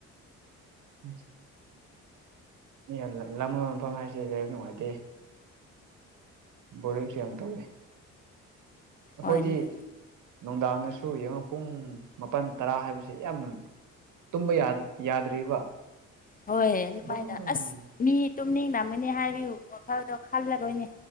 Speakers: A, on the right; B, on the left.
A: ꯑꯁ ꯃꯤ ꯌꯥꯜ ꯂ ꯂꯥꯡꯕ ꯃꯐꯝ ꯍꯥꯏꯁꯦ ꯂꯩꯕ ꯅꯨꯡꯉꯥꯏꯇꯦ ꯕꯣꯔꯤꯡꯁꯨ ꯌꯥꯝ ꯇꯧꯋꯦ ꯑꯈꯣꯏꯗꯤ
B: ꯍꯣꯏ ꯑꯗꯨꯃꯥꯏꯅ
A: ꯅꯨꯡꯗꯥꯡꯗꯁꯨ ꯌꯦꯡꯉꯣ ꯄꯨꯡ ꯃꯥꯄꯟ ꯇꯔꯥ ꯍꯥꯏꯕꯁꯤ ꯌꯥꯝ ꯇꯨꯝꯕ ꯌꯥꯠ ꯌꯥꯗ꯭ꯔꯤꯕ
B: ꯍꯣꯏ ꯑꯗꯨꯃꯥꯏꯅ
A: ꯑꯗꯨꯝ
B: ꯑꯁ ꯃꯤ ꯇꯨꯝꯅꯤꯡꯔꯝꯒꯅꯤ ꯍꯥꯏꯕꯩ ꯋꯥꯈꯜꯗꯣ ꯈꯜꯂꯔꯣꯏꯅꯦ